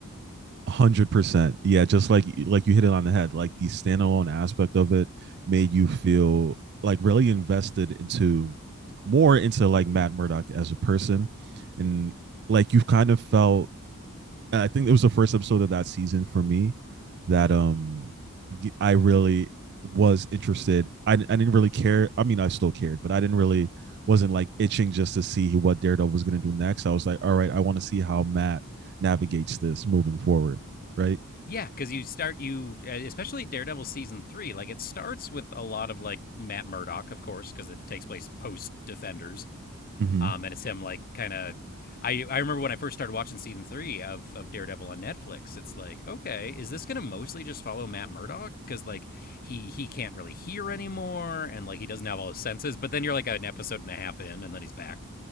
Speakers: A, on the right; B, on the left.
A: one Hundred percent. Yeah, just like like you hit it on the head. Like the standalone aspect of it made you feel like really invested into more into like Matt Murdock as a person, and like you've kind of felt I think it was the first episode of that season for me that um I really was interested. I I didn't really care. I mean, I still cared, but I didn't really wasn't like itching just to see what Daredevil was going to do next. I was like, all right, I want to see how Matt navigates this moving forward, right?
B: Yeah, because you start you uh, especially Daredevil season three. Like it starts with a lot of like Matt Murdock, of course, because it takes place post Defenders,
A: Mm-hmm.
B: um, and it's him like kind of. I I remember when I first started watching season three of of Daredevil on Netflix. It's like, okay, is this gonna mostly just follow Matt Murdock? Because like he he can't really hear anymore, and like he doesn't have all his senses. But then you're like an episode and a half in, and then he's back,